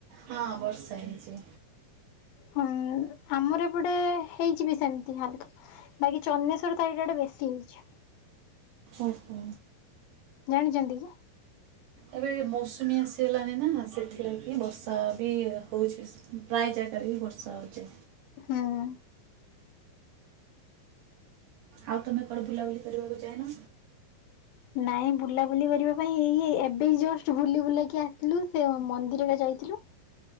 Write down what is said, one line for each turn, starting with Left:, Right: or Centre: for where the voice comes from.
Right: ହଁ ବର୍ଷା ହେଇଛି।
Left: ହୁ ଆମର ଏପଟେ ହେଇଚିବି ସେମିତି ଖାଲି। ବାକି ଚନ୍ଦନେଶ୍ୱର ସାଇଡି ଆଡେ ବେଶୀ ହେଇଛି।
Right: ଓ ହୋ।
Left: ଜାଣିଛନ୍ତି କି?
Right: ଏବେ ମୌସୁମୀ ଆସିଗଲାଣିି ନା ସେଥିଲାଗି ବର୍ଷା ବି ହଉଛି। ପ୍ରାୟ ଜାଗାରେ ହିଁ ବର୍ଷା ହଉଛି।
Left: ହୁଁ।
Right: ଆଉ ତମେ କଣ ବୁଲାବୁଲି କରିବାକୁ ଜାଇନ।
Left: ନାଇଁ ବୁଲାବୁଲି କରିବା ପାଇଁ ଇ ଇଏ ଏବେ ଜଷ୍ଟ ବୁଲି ବୁଲାକି ଆ ଥିଲୁ ସେ ମନ୍ଦିରରେ ଯାଇଥିଲୁ